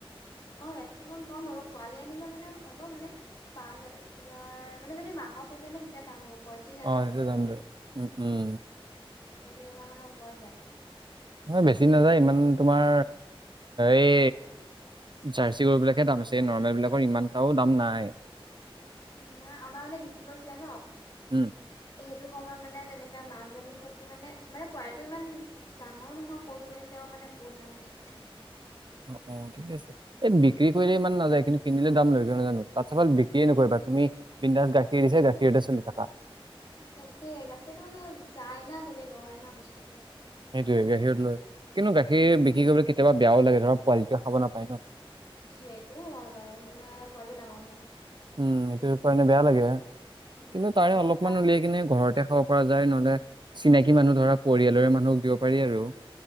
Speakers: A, on the left; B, on the right.
A: অহ' ইয়াতকে কম, কম হ'ব পোৱালি আনিলে মানে হ'ব মানে, পাঁচ হাজাৰ মানে যদি মা মাকৰ হতে দুটা দাম হ'ব, পয়ত্ৰিশ হাজাৰৰ
B: অ
A: ওপৰত
B: সেইটো
A: হ'ব।
B: দাম লয়। উম, উম,
A: পয়ত্ৰিশ হাজাৰ মানৰ ওপৰত যায়।
B: হয়, বেছি নাযায় ইমান, তোমাৰ এই জাৰ্চি গৰুবিলাকে দাম আছে, নৰ্মেল বিলাকৰ ইমানটাও দাম নাই।
A: উম' নাই আমাৰ মানে বিক্ৰী কৰিছিলা ন।
B: উম,
A: সেইটো সময়ত মানে তেনেকে মাক জনী সতি মানে-মানে পোৱালিটো মানে ইমান ডাঙৰ নহয় সৰুৱে তেওঁ মানে বহুত দাম লৈছিলে।
B: অ'-অ' ঠিক আছে এই বিক্ৰী কৰিলে ইমান নাযায় কিন্তু কিনিলে দাম লৈ কিয় নাজানো তাতকে ভাল বিক্ৰিয়ে নকৰিবা তুমি বিন্দাছ গাখীৰ দিছে গাখীৰতে চলি থাকা।
A: তাকে গাখীৰটো মানে যায় না চবেই লয় না বস্তুটো।
B: সেইটোৱে গাখীৰত লৈ কিন্তু গাখীৰ
A: উম,
B: বিক্ৰী কৰিবলৈ কেতিয়াবা বেয়াও লাগে ধৰক পোৱালিটোৱে খাব নাপায় ন'।
A: সেইটোও হয় বাৰু সেইটো নহ'লে পোৱালিটো ডাঙৰ নহ'ব।
B: উম সেইটো কাৰণে বেয়া লাগে
A: উম
B: কিন্তু তাৰে
A: তেওঁক
B: অলপমান
A: কাম
B: উলিয়াই কিনে ঘৰত খাব পৰা যায় নহ'লে চিনাকি মানুহ ধৰা পৰিয়ালৰে মানুহক দিব পাৰি আৰু।